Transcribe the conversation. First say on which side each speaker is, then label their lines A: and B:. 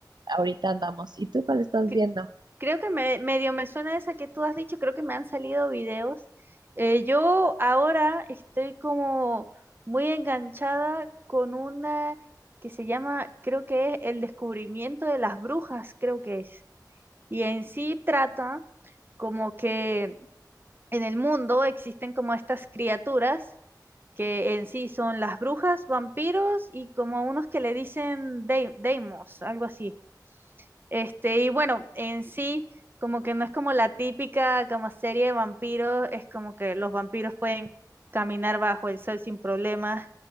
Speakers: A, on the right; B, on the right.
A: ahorita andamos. ¿Y tú cuál estás
B: Cre-
A: viendo?
B: Creo que me, medio me suena esa que tú has dicho, creo que me han salido videos. Eh, yo ahora estoy como muy enganchada con una que se llama, creo que es El descubrimiento de las brujas, creo que es. Y en sí trata como que en el mundo existen como estas criaturas que en sí son las brujas, vampiros y como unos que le dicen dai- daimos, algo así. Este, y bueno, en sí, como que no es como la típica como serie de vampiros, es como que los vampiros pueden caminar bajo el sol sin problemas,